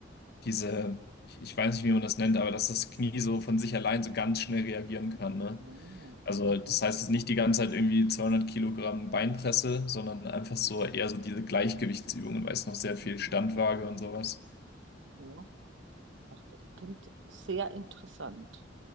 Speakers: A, on the left (about 55°); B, on the right (about 75°).
A: diese, ich ich weiß nicht, wie man das nennt, aber dass das Knie so von sich allein so ganz schnell reagieren kann, ne?
B: Ah,
A: Also
B: aha.
A: das heißt, es ist nicht die ganze Zeit irgendwie 200 Kilogramm Beinpresse, sondern einfach so eher so diese Weißgewichtsübungen, weißt du, noch sehr viel
B: Mhm.
A: Standwaage und sowas.
B: Ja, das das klingt sehr interessant.